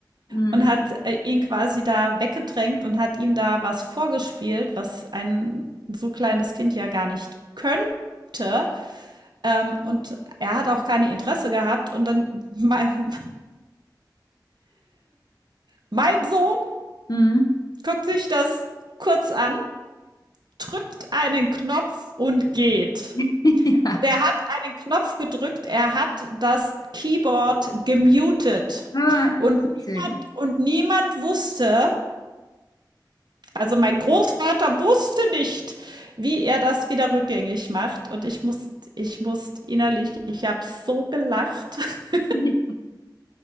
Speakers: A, on the left (about 55°); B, on the right (about 70°).
A: Mhm.
B: und hat äh, ihn quasi da weggedrängt und hat ihm da was vorgespielt, was ein so kleines Kind ja gar nicht könnte. Ähm, und er hat auch keine Interesse gehabt. Und dann <laughs> mein, mein Sohn
A: Mhm.
B: guckt sich das kurz an, drückt einen Knopf und geht.
A: <laughs> Ja.
B: Und er hat einen Knopf gedrückt, er hat das Keyboard gemutet.
A: Ah,
B: Und,
A: sehr gut.
B: und niemand wusste, Also mein Großvater wusste nicht, wie er das wieder rückgängig macht. Und ich muss, ich muss innerlich, ich habe so gelacht. <laughs>
A: <laughs>